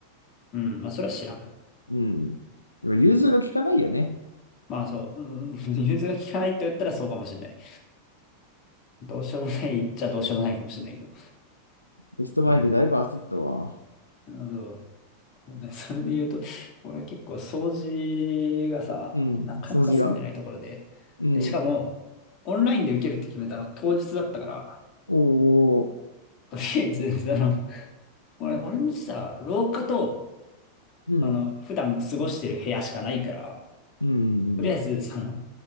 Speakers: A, on the left; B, on the left.
A: うん。まあ、それは知らん。
B: うん。でも融通が効かないよね。
A: まあ、そう。うん。<laughs> 融通が効かないと言ったらそうかもしれない。どうしようもないっちゃどうしようもないかもしれないけど。
B: テスト前でだいぶ焦ったわ。
A: うん。あのそうね、それで言うと、俺は結構掃除がさ、
B: うん。
A: なかなか済んでないところで、
B: 掃除がうん。
A: で、しかも、オンラインで受けるって決めたの当日だったから、
B: おー
A: とりあえず、<laughs> その、俺、俺のさ、廊下と、
B: うん。
A: あの、普段過ごしてる部屋しかないから、
B: うん。
A: とりあえず、その、